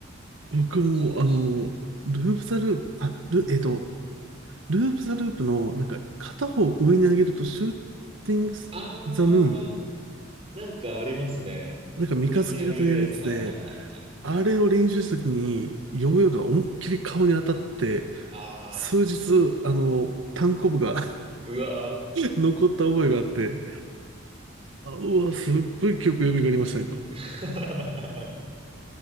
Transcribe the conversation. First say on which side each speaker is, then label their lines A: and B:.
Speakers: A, on the right; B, on the right.
A: 僕も、
B: しましたね。
A: あの、ループザループ、あ、ル、えっと、ループザループの、なんか、片方上に上げると、シューティング
B: あ
A: ザムーン、
B: ー、なんかありますね。
A: なんか三日月型のやるやつで、
B: 上に上げるやつ。はいはいはいはい。
A: あれを練習した時に、ヨーヨーが思いっきり顔に当たって、
B: あ
A: 数日、あの、単コブが <laughs>
B: ー、うわー。
A: 残った覚えがあって、あ、うわ、すっごい記憶蘇りました、今。
B: <laughs>